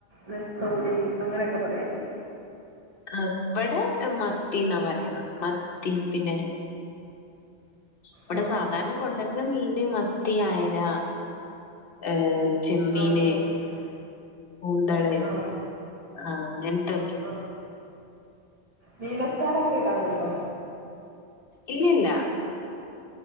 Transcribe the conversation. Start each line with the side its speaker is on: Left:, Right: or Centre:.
Right: നെത്തോരി അങ്ങനെയൊക്കെ പറയില്ലേ
Left: ആ ഇവിടെ മത്തി എന്നാ പറയണ മത്തി പിന്നെ ഇവിടെ
Right: ആ.
Left: സാധാരണ കൊണ്ടുവരുന്ന മീന് മത്തി ആയല ഏഹ ചെമ്മീന
Right: ആ. ആ.
Left: ഉണ്ടല്ലേ
Right: ആ.
Left: ആഹ് അങ്ങനത്തെയൊക്കെ
Right: ആ. മീനച്ചാറൊക്കെ ഇടാറുണ്ടോ
Left: ഇല്ലില്ല